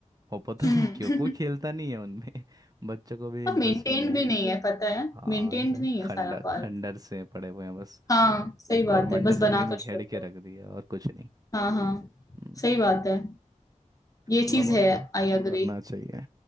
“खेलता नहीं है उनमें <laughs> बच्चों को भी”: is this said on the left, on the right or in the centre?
Right